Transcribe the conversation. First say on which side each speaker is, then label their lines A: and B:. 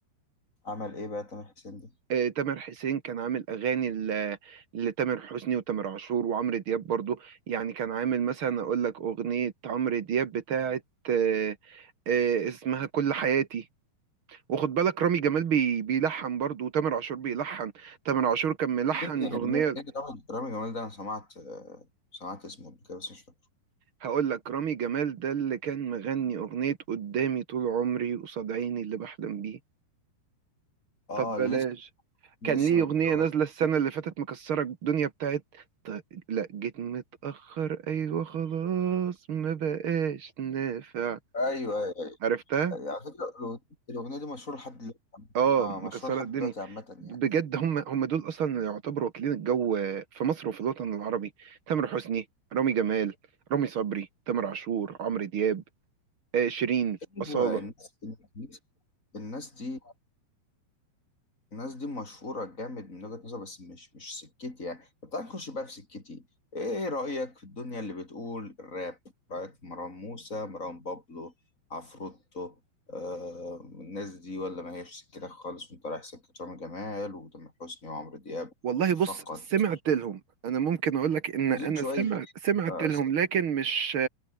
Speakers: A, on the left; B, on the right.
A: الله. عمل ايه بقى تامر حسين ده
B: آه، تامر حسين كان عامل أغاني ل- لتامر حسني وتامر عاشور وعمرو دياب برضو يعني كان عامل مثلا أقول لك أغنية عمرو دياب بتاعت آه، آه، اسمها كل حياتي واخد بالك رامي جمال بي بيلحن برضه وتامر عاشور بيلحن تامر عاشور كان ملحن
A: يعني
B: أغنية
A: رامي رامي جمال ده انا سمعت آه، سمعت اسمه قبل كده بس مش فاكره
B: هقول لك رامي جمال ده اللي كان مغني أغنية قدامي طول عمري قصاد عيني اللي بحلم بيه
A: اه
B: طب بلاش
A: اللي لسه
B: كان ليه
A: متجوز
B: أغنية نازلة السنة اللي فاتت مكسرة الدنيا بتاعت ط- لا جيت متأخر أيوة خلاص ما بقاش نافع
A: ايوه ايوه
B: عرفتها؟
A: أيوة. على فكره الأغنية الأغنية دي مشهوره لحد دلوقتي
B: اه
A: اه
B: مكسرة
A: مشهوره لحد
B: الدنيا
A: دلوقتي عامه
B: بجد
A: يعني
B: هم هم دول اصلا اللي يعتبروا واكلين الجو في مصر وفي الوطن العربي تامر حسني رامي جمال رامي صبري تامر عاشور عمرو دياب آه، شيرين
A: ايوه
B: أصالة
A: الناس الناس الناس دي الناس دي مشهوره جامد من وجهه نظر بس مش مش سكتي يعني طب تعالى نخش بقى في سكتي ايه رايك في الدنيا اللي بتقول الراب رايك في مروان موسى مروان بابلو عفروتو آه الناس دي ولا ما هيش سكتك خالص وانت رايح سكه رامي جمال وتامر حسني وعمرو دياب
B: والله
A: فقط
B: بص سمعت لهم انا ممكن اقول لك ان انا
A: زين شويه
B: سمع سمعت
A: آه،
B: لهم لكن مش